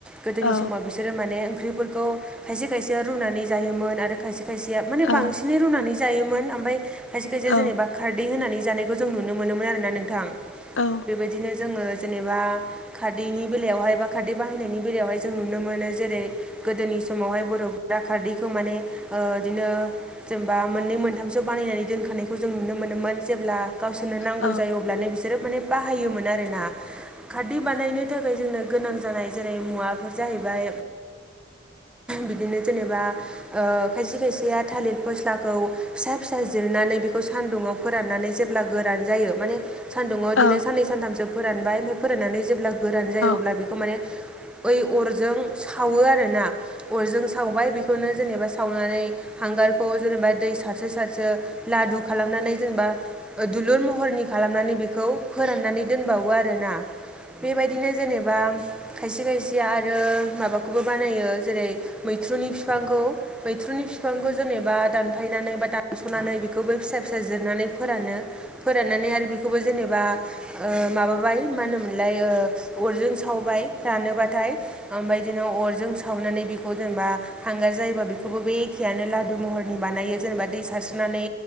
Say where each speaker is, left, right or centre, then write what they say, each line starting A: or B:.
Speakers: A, in the centre; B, on the left (about 75°).
A: गोदोनि
B: औ
A: समाव बिसोरो माने ओंख्रिफोरखौ खाय खायसेया रुनानै जायोमोन आरो खायसे खायसेया माने बांसिनै
B: औ
A: रुनानै जायोमोन ओमफाय खायसे खायसे
B: औ
A: जेनेबा खारदै होनानै जानायखौ जों नुनो मोनोमोन आर ना नोंथां।
B: औ
A: बेबायदिनो जोङो जेनेबा खार खारदैनि बेलायावहाय बा खारदै बाहायनायनि बेलायावहाय जों नुनो मोनो जेरै गोदोनि समावहाय दा खारदैखौ माने बिदिनो जेनेबा मोननै मोनथामसो बानायनानै दोनखानायखौ जों नुनो मोनोमोन जेब्ला गावसोरनो नांगौ
B: औ
A: जायो अब्लानो बिसोरो माने बाहायोमोन आर ना खारदै बानायनो बेनि थाखाय जोंनो गोनां जानाय जेरै मुवाफोर जाहैबाय बिदिनो जेनेबा खायसे खायसेया थालिर फस्लाखौ फिसा फिसा जिरनानै बेखौ सान्दुंङाव फोराननानै जेब्ला गोरान जायो माने सानदुङाव बिदिनो
B: औ
A: साननै सानथामसो फोरानबाय ओमफफ्राय फोराननानै जेब्ला गोरान जायो अब्ला
B: औ
A: बेखौ माने ओइ अरजों सावो आरो ना अरजों सावबाय बेखौ बेखौनो जेनेबा सावनानै हांगारखौ जेनेबा दै सारसो सारसो लादु खालामनानै जेनेबा दुलुर महरनि खालामनानै बेखौ फोराननानै दोनबावो आरोना बेबायदि बिदिनो जेनेबा खायसे खायसे आरो माबाखौबो बानायो जेरै मैथ्रुनि बिफांखौ मैथ्रुनि बिफांखौ जेनेबा दानफायनानै बा दानस'नानै बेखौबो फिसा फिसा जिरनानै फोरानो फोराननानै आरो बेखौबो जेनेबा माबाबाय मा होनोमोनलाय अरजों सावबाय रानोब्लाथाय ओमफाय बिदिनो अरजों सावनानै बे बे खौ जेनेबा हांगार जायोबा बेखौबो बे एखेयानो लादु महरनि बानायो जेनेबा दै सारस्रनानै